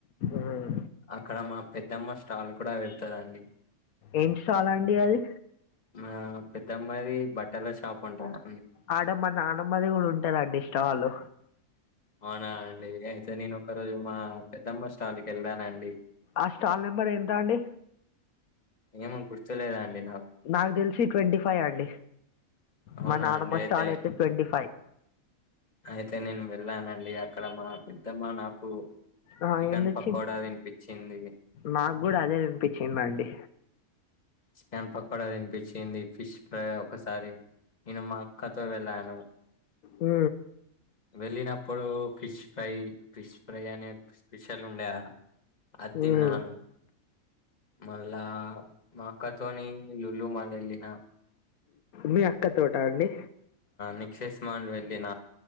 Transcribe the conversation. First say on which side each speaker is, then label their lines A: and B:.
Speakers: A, on the left; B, on the left.
A: ఉమ్,
B: అక్కడ మా పెద్దమ్మ స్టాల్ కూడా వెడతదండి
A: ఏం స్టాల అండి అది
B: మా పెద్దమ్మాది బట్టల షాప్ ఉంటారు
A: ఆడమ్మ నానమ్మది కూడా ఉంటారండి స్టాల్
B: అవునా అండి అయితే నేను ఒక రోజు మా పెద్దమ్మ స్టాల్ క వెళ్దాన అండి
A: ఆ స్టాల్ నెంబర్ ఎంత అండి
B: ఏమో గుర్తులేదు అండి
A: నాకు తెలిసి ట్వంటీ ఫైవ్ అండి
B: అవునా
A: మా నాన్నమ్మ
B: అండి అయితే
A: స్టాల అతే ట్వెంటి ఫైవ్
B: అయితే నేను వెళ్ళానండి అక్కడ మా పెద్దమ్మా నాకు
A: ఆ
B: చికెన్
A: ఎందుచ్చింది
B: పకోడా తినిపించింది
A: నాకు కూడా అదే చూపించింది అండీ
B: చికెన్ పకోడా తినిపించింది ఫిష్ ఫ్రై ఒకసారి నేను మా అక్కతో వెళ్ళాను
A: ఉ
B: వెళ్ళినప్పుడు ఫిష్ ఫ్రై ఫిష్ ఫ్రై అనేది స్పెషల్ ఉండే ఆడా అది తిన్నాను
A: ఉమ్,
B: మళ్ళ మాక్కతోని లుల్లు మాల వెళ్ళనా
A: మీ అక్క తోట అండి
B: నెక్సీసెస్ మాల్ వెళ్ళిన